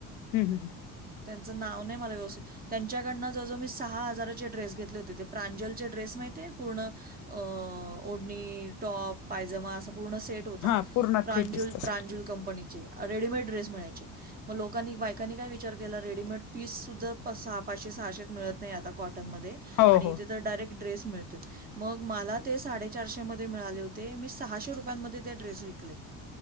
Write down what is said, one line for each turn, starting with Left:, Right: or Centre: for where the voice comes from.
Left: हम्म हम्म हम्म.
Right: त्यांचं नाव नाही मला व्यवस्थित, त्यांच्याकडनं जवळ जवळ मी सहा हजाराचे ड्रेस घेतले ते ते प्रांजलचे ड्रेस माहितीये पूर्ण अ ओढणी, टॉप, पायजमा असा पूर्ण सेट ट होता
Left: हा हा पूर्ण
Right: प्रांजुल
Left: थ्री पीसचा
Right: प्रांजुल
Left: सेट
Right: कंपनीचे, रेडीमेड ड्रेस मिळायचे. मग लोकांनी बायकांनी काय विचार केला. रेडीमेड पीससूद्धा प सहा, पाचशे, सहाशेत मिळत नाही आता कॉटनमध्ये
Left: हो
Right: आणि
Left: हो
Right: इथे तर डायरेक्ट ड्रेस मिळतेत. मग मला ते साडेचारशे मध्ये मिळाले होते. मी सहाशे रुपयांमध्ये ते ड्रेस विकले.